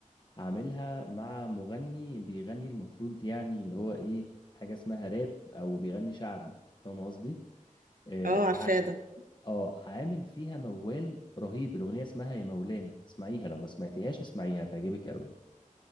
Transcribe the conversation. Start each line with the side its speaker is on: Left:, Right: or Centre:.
Left: عاملها مع مغني بيغني المفروض يعني اللي هو ايه حاجة اسمها راب او بيغني شعبي فاهم قصدي اه
Right: اه عارفاه
Left: ع-
Right: ده
Left: آه، عامل فيها موال رهيب الاغنية اسمها يا مولانا اسمعيها لو ما سمعتيهاش اسمعيها هتعجبك قوي